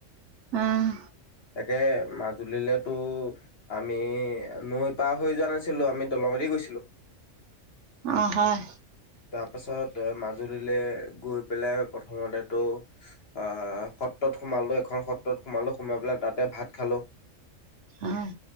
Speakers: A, on the right; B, on the left.
A: অঁ
B: তাকে মাজুলীলৈ টো আমি নৈ পাৰ হৈ যোৱা নাছিলো আমি দলঙদি গৈছিলো
A: অ হয়
B: তাৰপাছত মাজুলীলৈ গৈ পেলাই প্ৰথমতেতো অ সত্ৰত সোমালোঁ এখন সত্ৰত সোমালোঁ সোমাই পেলাই তাতে ভাত খালোঁ
A: আহ